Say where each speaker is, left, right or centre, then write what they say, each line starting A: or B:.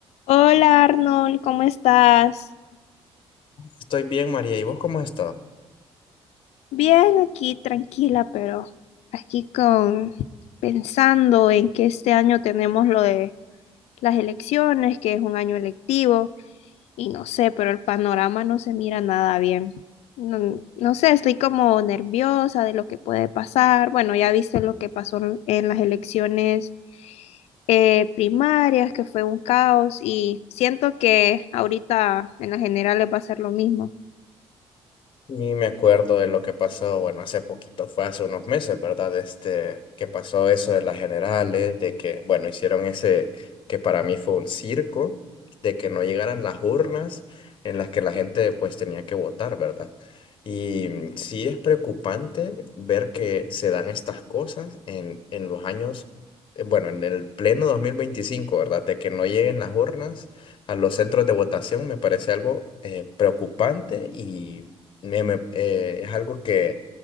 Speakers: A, on the left; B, on the left.
A: Hola Arnold, ¿cómo estás?
B: Estoy bien, María. ¿Y vos cómo has estado?
A: Bien, aquí tranquila, pero aquí con pensando en que este año tenemos lo de las elecciones, que es un año electivo, y no sé, pero el panorama no se mira nada bien. No, no sé, estoy como nerviosa de lo que puede pasar. Bueno, ya viste lo que pasó en las elecciones eh, primarias, que fue un caos, y siento que ahorita en las generales va a ser lo mismo.
B: Y me acuerdo de lo que pasó, bueno, hace poquito, fue hace unos meses, ¿verdad? Este, que pasó eso de las generales, de que, bueno, hicieron ese, que para mí fue un circo, de que no llegaran las urnas en las que la gente pues tenía que votar, ¿verdad? Y mm, sí es preocupante ver que se dan estas cosas en, en los años, eh, bueno, en el pleno dos mil veinticinco ¿verdad? De que no lleguen las urnas a los centros de votación me parece algo eh, preocupante y me- me- eh, es algo que